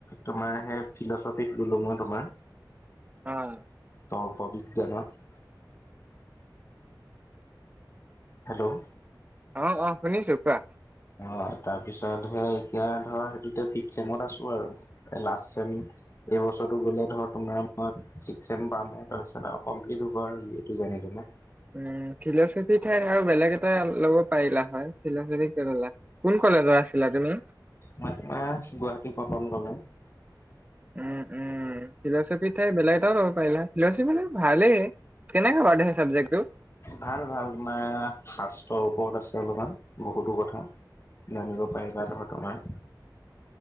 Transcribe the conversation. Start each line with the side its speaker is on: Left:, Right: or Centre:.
Left: তোমাৰ হে ফিল'ছফীত ললোঁ মই তোমাৰ।
Right: অ'
Left: তৰ্ক বিজ্ঞানত হেল্ল'
Right: অ'-অ' শুনিছোঁ কোৱা।
Left: অ' তাৰপিছত হে এতিয়া ধৰ সেইটো ফিফচেমত আছোঁ আৰু মানে লাষ্ট চেম। এই বছৰটো গ'লে ধৰ তোমাৰ মই ছি চেম পাম আৰু কমপ্লিট হ'ব আৰু যেনে তেনে
Right: উম ফিল'ছফী ঠাইত আৰু বেলেগ এটা ল'ব পাৰিলা হয় ফিল'ছফী কিয় ললা? কোন কলেজৰ আছিলা তুমি?
Left: মই তোমাৰ গুৱাহাটী কটন কলেজ।
Right: উম-উম। ফিল'ছফীৰ ঠাইত বেলেগ এটাও ল'ব পাৰিলা হয়, ফিল'ছফীটো ভালেই, কেনেকে বাৰু সেই চাবজেক্টটো
Left: ভাল-ভাল, তোমাৰ শাস্ত্ৰৰ ওপৰত আছে অলপমান বহুতো কথা। <unintelligible> তোমাৰ